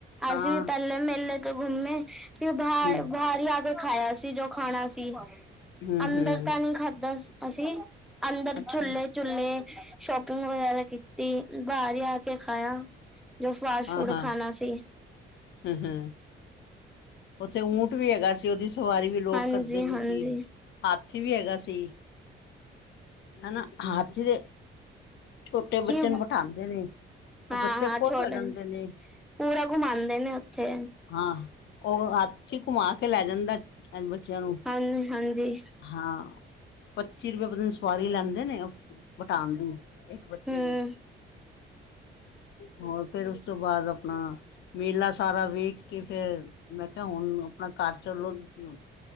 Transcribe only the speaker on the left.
ਤਾਂ
ਹੂੰ
ਹੂੰ
ਹੂੰ
ਅੱਛਾ
ਹਾਂ
ਹਾਂ
ਹੂੰ, ਹੂੰ ਉੱਥੇ ਊਂਂਠ ਵੀ ਹੈਗਾ ਸੀ, ਉਹਦੀ ਸਵਾਰੀ ਵੀ ਲੋਕ
ਕਰਦੇ ਪਏ ਸੀ। ਹਾਥੀ ਵੀ ਹੈਗਾ ਸੀ। ਹਨਾ, ਹ ਹਾਥੀ ਦੇ, ਛੋਟੇ
ਬੱਚੇ ਨੂੰ ਬਿਠਾਂਉਦੇ ਨੇ। ਉਹ
ਬੱਚੇ ਖੁਸ਼
ਹੋ ਜਾਂਦੇ
ਨੇ
ਹਾਂ ਉਹ ਹਾਥੀ ਘੁਮਾਕੇ ਲੈ ਜਾਂਦਾ। ਬੱਚਿਆਂ ਨੂੰ
ਹਾਂ, ਪੱਚੀ ਰੁਪਏ ਦਿਨ ਸਵਾਰੀ ਲੈਂਦੇ ਨੇ, ਵਟਾਣ ਦੀ। ਇਕ ਬੱਚੇ
ਦੀ। ਹੋਰ, ਫਿਰ ਉਸ ਉਸ ਤੋਂ ਬਾਅਦ ਅਪਣਾ, ਮੇਲਾ ਸਾਰਾ ਵੇਖਕੇ ਫਿਰ ਮੈਂ ਕਿਹਾ ਹੁਣ, ਆਪਣਾ ਘਰ ਚਲੋ ਤੁਸੀਂ